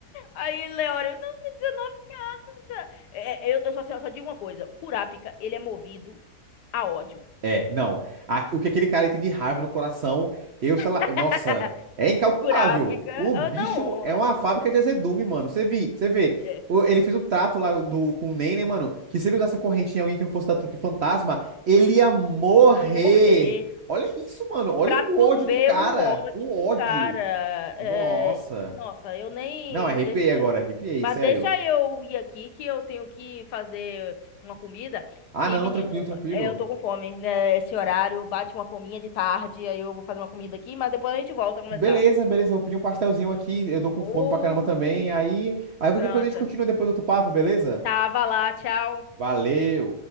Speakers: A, on the left; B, on the right.
A: Aí, Leório, não, tem dezenove anos. né? É, é, eu, eu só, eu só digo uma coisa: o Kurapika, ele é movido a ódio.
B: É, não. A- o que aquele cara tem de raiva no coração, eu, sei lá,
A: <laughs>
B: nossa, é incalculável.
A: O Kurapika,
B: O
A: ah,
B: bicho
A: não,
B: é uma fábrica de azedume, mano. Você vi, você vê.
A: é,
B: O- Ele fez o trato lá do, com o Ney, né, mano? Que se ele usasse a corrente em alguém que não fosse da trupe fantasma, ele ia morrer.
A: morrer
B: Olha isso, mano. Olha
A: pra tu
B: o ódio
A: ver
B: do cara.
A: o ódio
B: O
A: do
B: ódio.
A: cara.
B: Nossa.
A: É, nossa, eu nem.
B: Não, arrepiei
A: Deixa quieto.
B: agora, arrepiei,
A: Mas
B: sério.
A: deixa eu ir aqui que eu tenho que fazer uma comida.
B: Ah,
A: Que,
B: não,
A: menino,
B: tranquilo, tranquilo.
A: é, eu tô com fome, né? Esse horário bate uma fominha de tarde, aí eu vou fazer uma comida aqui, mas depois a gente volta a conversar.
B: Beleza, beleza, vou pedir um pastelzinho aqui, eu tô com
A: Oh,
B: fome pra caramba também. Aí, aí qualquer
A: pronto.
B: coisa a gente continua depois do outro papo, beleza?
A: Tava lá, tchau.
B: Valeu!